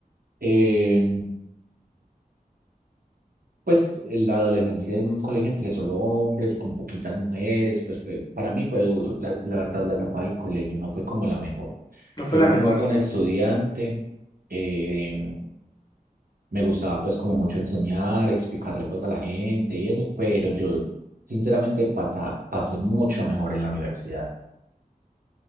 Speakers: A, on the right; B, on the left.
A: Eh, Pues eh, la adolescencia en un colegio entre solo hombres y con poquitas mujeres, pues fue, para mí fue duro. La, la verdad, la etapa del colegio no fue como la mejor.
B: No fue
A: Yo
B: la
A: fui
B: mejor,
A: muy buena
B: sí.
A: estudiante, eh, me gustaba pues como mucho enseñar, explicarle pues a la gente y eso, pero yo sinceramente pasa, pasé mucho mejor en la universidad,